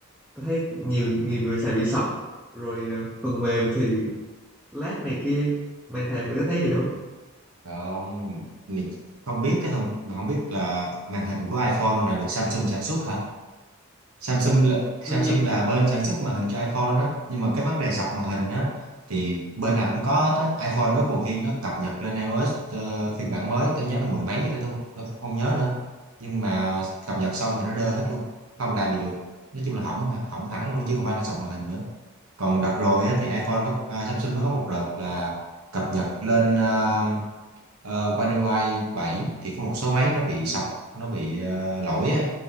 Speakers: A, in the centre; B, on the right.
A: tao thấy nhiều nhiều người xài bị sọc rồi ờ, phần mềm thì lát này kia mày thầy mày có thấy vậy không
B: còn mình không biết cái thông mình không biết là màn hình của iPhone là được Samsung sản xuất hả Samsung là, Samsung
A: đương nhiên
B: là bên sản xuất màn hình cho iPhone đó nhưng mà cái vấn đề sọc màn hình á thì bên nào cũng có hết á iPhone nó còn khi nó cập nhật lên iOS ờ, phiên bản mới tôi nhớ là mười mấy gì đó tôi, tôi không nhớ nữa nhưng mà cập nhật xong thì nó đơ hết luôn không làm gì được nói chung là hỏng hỏng hẳn luôn chứ không phải là sọc màn hình nữa còn đợt rồi á, thì iPhone nó à, Samsung nó có một đợt là cập nhật lên ờ, ờ, One UI 7 thì có một số máy nó bị sọc nó bị ờ, lỗi á